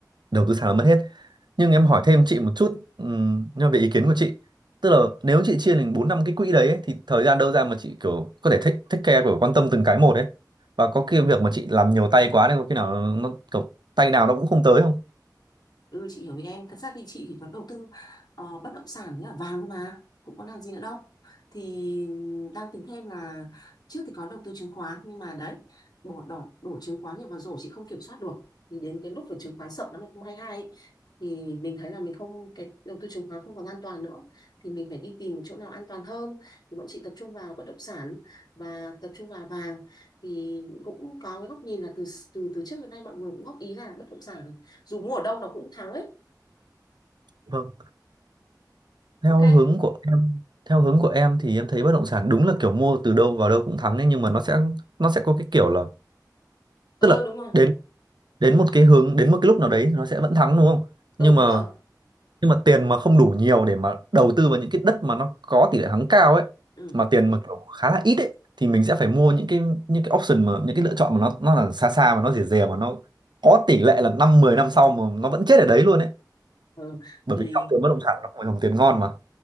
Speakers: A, on the right; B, on the left.
A: đầu tư sàn là mất hết nhưng em hỏi thêm chị một chút ừm, nhưng mà về ý kiến của chị tức là nếu chị chia thành bốn năm cái quỹ đấy ấy, thì thời gian đâu ra mà chị kiểu có thể thích thích care kiểu quan tâm từng cái một ấy và có cái việc mà chị làm nhiều tay quá nên có khi nào nó kiểu tay nào nó cũng không tới không
B: Ừ chị hiểu ý em Thật ra thì chị chỉ có đầu tư ờ, bất động sản với cả vàng thôi mà Cũng có làm gì nữa đâu Thì đang tính thêm là Trước thì có đầu tư chứng khoán Nhưng mà đấy Bỏ đỏ đổ chứng khoán nhiều vào rổ chị không kiểm soát được Thì đến cái lúc về chứng khoán sập năm 2022 ấy, Thì mình thấy là mình không Cái đầu tư chứng khoán không còn an toàn nữa Thì mình phải đi tìm cái chỗ nào an toàn hơn Thì bọn chị tập trung vào bất động sản Và tập trung vào vàng Thì cũng có cái góc nhìn là từ từ từ trước đến nay mọi người cũng góp ý là bất động sản dù mua ở đâu nó cũng thắng ấy
A: Vâng. theo
B: ok
A: hướng của em theo hướng của em thì em thấy bất động sản đúng là kiểu mua từ đâu vào đâu cũng thắng ấy nhưng mà nó sẽ nó sẽ có cái kiểu là
B: ờ
A: tức là
B: đúng rồi
A: đến đến một cái hướng đến một cái lúc nào đấy thì nó sẽ vẫn thắng đúng không nhưng
B: ờ đúng
A: mà
B: rồi
A: nhưng mà tiền mà không đủ nhiều để mà đầu tư vào những cái đất mà nó có tỷ lệ thắng cao ấy
B: ừ.
A: mà tiền mà kiểu khá là ít ấy thì mình sẽ phải mua những cái những cái option mà những cái lựa chọn mà nó nó là xa xa mà nó rẻ rẻ mà nó có tỷ lệ là năm 10 năm sau mà nó vẫn chết ở đấy luôn ấy
B: ừ
A: bởi
B: thì
A: vì dòng tiền bất động sản nó không phải dòng tiền ngon mà